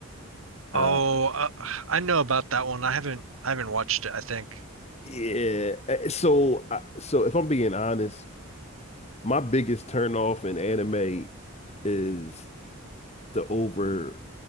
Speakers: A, on the right; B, on the left.
A: Oh,
B: Uh,
A: uh, I know about that one. I haven't I haven't watched it, I think.
B: yeah. eh, So, I, so if I'm being honest. my biggest turn off in anime is the over